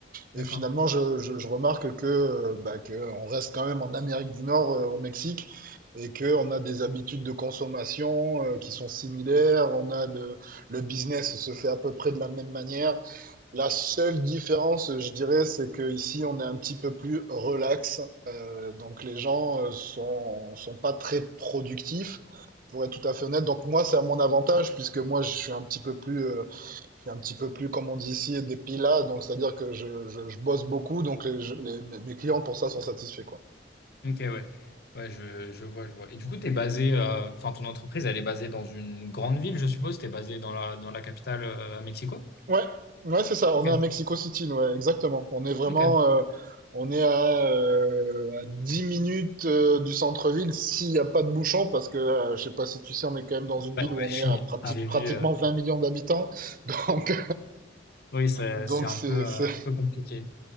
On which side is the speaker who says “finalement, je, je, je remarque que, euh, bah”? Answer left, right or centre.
Right